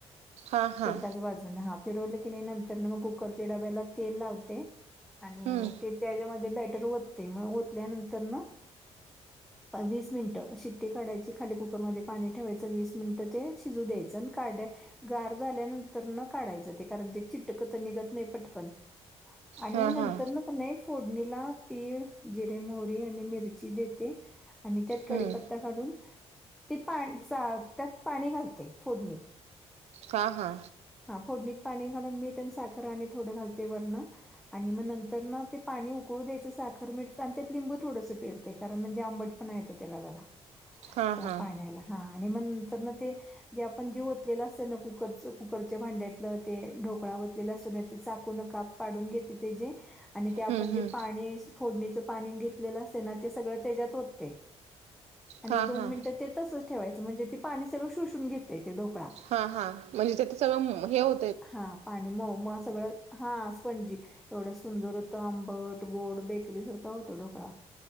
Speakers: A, on the right; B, in the centre.
A: हां हां
B: एका बाजून हा फिर की नाही.... तर मग कुकरच्या डब्याला तेल लावते आणि
A: हम्म
B: ते.... त्याच्यामध्ये बेटर ओतते मग ओतल्या नंतर ने..... वीस मिनिटं शिट्टी काढयची खाली कुकरमध्ये पाणी ठेवायचं वीस मिनिटं ते शिजू द्यायचं आणि काढ्या..... गार झाल्यानंतर न काढायचं ते कारण ते..... चिटक तर निघत नाही पटकन आणि
A: हां
B: नंतर....
A: हां
B: प नाही फोडणीला तीळ जिरे मोरी आणि मिरची देते.... आणि त्यात कडीीपत्ता
A: हम्म
B: घालून ते पा त्यात पाणी घालते फोडणीत
A: हा हा
B: हा फोडणीत पाणी घालून मीठण साखर आणि थोडं घालते वरण आणि मग नंतर ना ते पाणी उकळू द्यायचं साखर मिरचं आणि त्यात लिंबू थोडंसं पिरते कारण म्हणजे आंबट पण येतो त्याला जरा
A: हां
B: त्या
A: हां
B: पाण्याला हा आणि मंतर ना ते जे आपण जी तलेलं असतं ना कुठ कुकरच कुकरच्या भांड्यातलं ते ढोकळा वतलेला असून ते चाकूनकाप पाडून घेते ते जे आणि ते आपण
A: हम्म
B: जे
A: हम्म
B: पाणी फोडणीचं पाणी घेतलेलं असते ना ते सगळं त्याच्यात होतते आणि
A: हां
B: दोन
A: हां
B: मिनिटं ते तसंच ठेवायचं म्हणजे ती पाणी सगळं शोषून घेतता येते डोकळा
A: हा हा म्हणजे त्याच सगळं हे हो
B: हा पाणी म मग सगळं हा पणजी एवढ्या सुंदर हो त आंबट गोड बेकरी सारखा होत ढोकळा